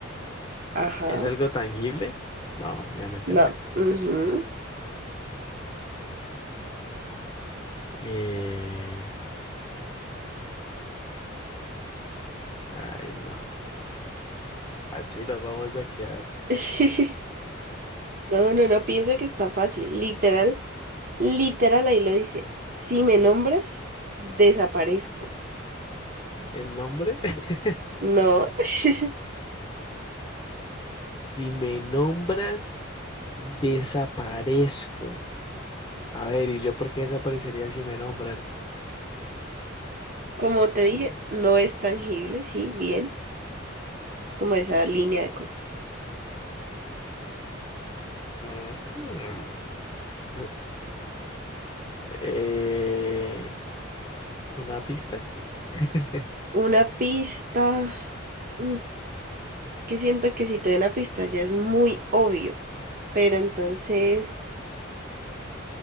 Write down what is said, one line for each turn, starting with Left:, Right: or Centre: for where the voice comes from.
Right: Ajá.
Left: ¿Es algo tangible? No, obviamente
Right: No.
Left: no.
Right: ujú. <laughs>
Left: Eh, ay, no. Aquí nos vamos a quedar.
Right: Sí. No, no, no, piensa que está fácil. Literal, literal ahí lo dice. Si me nombras, desaparezco.
Left: ¿El nombre? <laughs>
Right: No. <laughs>
Left: Si me nombras, Desaparezco. A ver, ¿y yo por qué desaparecería si me nombran?
Right: Como te
Left: Mm,
Right: dije, no es tangible, sí, bien. Es como esa línea de cosas.
Left: ujú. <laughs> Eh, ¿una pista? <laughs>
Right: Una pista. mm, Es que siento que si te doy una pista ya es muy obvio. Pero entonces...